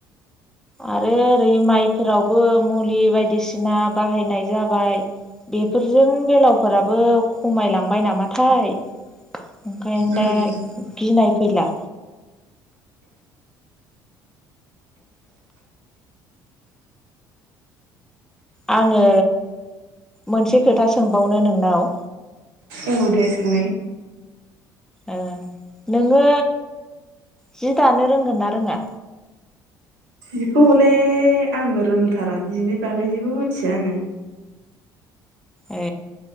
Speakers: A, in the centre; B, on the right.
A: आरो ओरै माइ फोरावबो मुलि बायदिसिना बाहायनाय जाबाय बेफोरजों बेलावफोराबो खमायलांबाय नामाथाय ओंखायनो
B: उम
A: दा गिनाय फैला आङो मोनसे खोथा सोंबावनो नोंनाव
B: औ दे सोंलाय
A: ओ नोङो जि दानो रोंगोना रोङा
B: जिखौ हले आङो रोंथारा जिनि बागै जेबो मिथिया आङो
A: ए